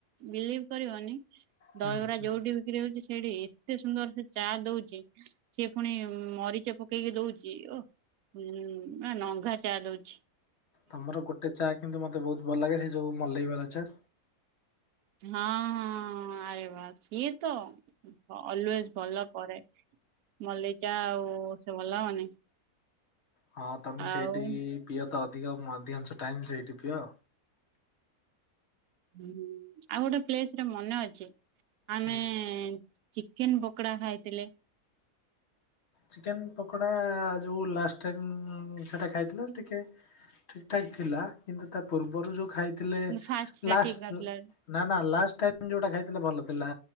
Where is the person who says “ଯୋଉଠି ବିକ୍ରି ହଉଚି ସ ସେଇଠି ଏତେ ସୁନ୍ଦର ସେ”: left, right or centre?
Right